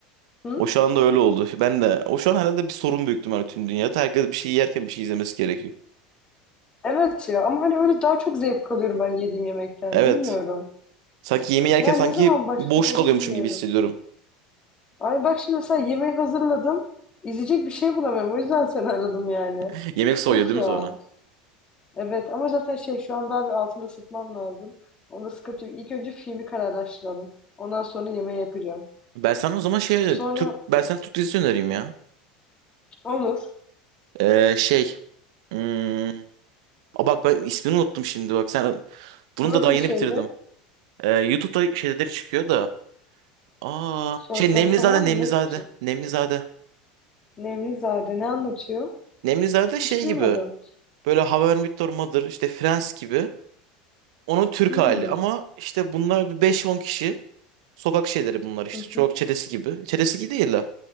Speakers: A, on the left; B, on the right.
A: Hı?
B: O şu anda öyle oldu. Ben de o şu an herhalde bir sorun büyük ihtimalle tüm dünyada. Herkes bir şey yerken bir şey izlemesi gerekiyor.
A: Evet ya ama hani öyle daha çok zevk alıyorum ben yediğim yemekten.
B: Evet.
A: Bilmiyorum.
B: Sanki yemeği yerken
A: Yani
B: sanki
A: ne zaman başladı
B: boş
A: onu
B: kalıyormuşum
A: bilmiyorum.
B: gibi hissediyorum.
A: Ay bak şimdi mesela yemeği hazırladım. İzleyecek bir şey bulamıyorum. O yüzden seni aradım yani.
B: <laughs> Yemek soğuyor
A: Of
B: değil
A: ya.
B: mi sonra?
A: Evet ama zaten şey şu an daha bir altını ısıtmam lazım. Onda sıkıntı yok. İlk önce filmi kararlaştıralım. Ondan sonra yemeği yapacağım.
B: Ben sana o zaman şey
A: Sonra
B: Türk ben sana Türk dizisi önereyim ya.
A: olur.
B: Ee, şey hmm, Aa, bak ben ismini unuttum şimdi bak sen Bunu
A: Nasıl
B: da daha yeni
A: bir şeydi?
B: bitirdim. Ee, YouTube'da şeyleri çıkıyor da. Aa,
A: Şortları
B: şey Nemlizade
A: falan
B: Nemlizade
A: mı? Nasıl bir şey?
B: Nemlizade.
A: Nemlizade ne anlatıyor?
B: Nemlizade şey
A: Hiç duymadım.
B: gibi. Böyle How I Met Your Mother, işte Friends gibi. Onun Türk
A: Hmm.
B: hali ama işte bunlar bir beş on kişi. Sokak şeyleri bunlar işte.
A: Hı
B: Çok
A: hı.
B: çetesi gibi. Çetesi gibi değil de.